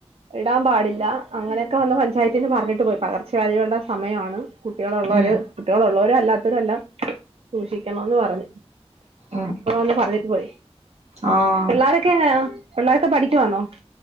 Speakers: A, on the right; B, on the right.
A: ഇടാൻ പാടില്ല അങ്ങനെയൊക്കെ വന്ന് പഞ്ചായത്തിന്ന് പറഞ്ഞിട്ട് പോയി പകർച്ചവ്യാധികളുടെ സമയമാണ് കുട്ടികളുള്ളവര്
B: ഉം
A: കുട്ടികളുള്ളവർ അല്ലാത്തരല്ലാം സൂക്ഷിക്കണംന്ന് പറഞ്ഞു
B: ഉം
A: ന്ന് പറഞ്ഞട്ട് പോയി
B: ആഹ്
A: പിള്ളാരൊക്കെ എങ്ങനാ പിള്ളേരൊക്കെ പഠിക്കുവാണോ?